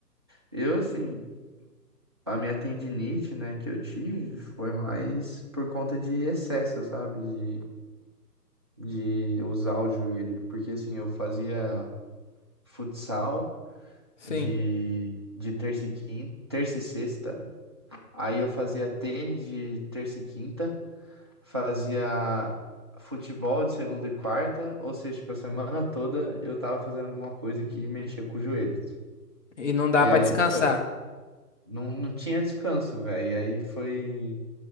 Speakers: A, on the right; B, on the left.
A: Eu, assim, a minha tendinite, né, que eu tive foi mais por conta de excesso, sabe? De, de usar o joelho. Porque, assim, eu fazia futsal
B: sim.
A: de, de terça e quinta, terça e sexta. Aí eu fazia tênis de terça e quinta. Fazia futebol de segunda e quarta. Ou seja, tipo, a semana toda eu tava fazendo alguma coisa que mexia com o joelho,
B: E não dá
A: E
B: pra
A: aí,
B: descansar.
A: tipo, foi... não, não tinha descanso, velho. E aí foi,